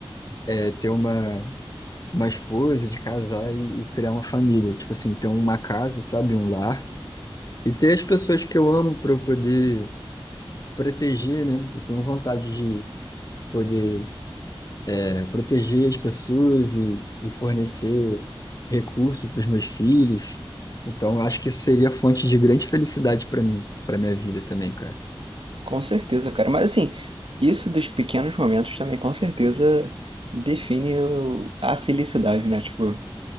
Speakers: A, on the left; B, on the right.
A: é, ter uma uma esposa, de casar e, e criar uma família. Tipo assim, ter uma casa, sabe? Um lar. E ter as pessoas que eu amo para eu poder proteger, né? Eu tenho vontade de poder é, proteger as pessoas e, e fornecer recurso para os meus filhos. Então, eu acho que isso seria fonte de grande felicidade para mim, para minha vida também, cara.
B: Com certeza, cara. Mas assim, isso dos pequenos momentos também com certeza define o- a felicidade, né? Tipo,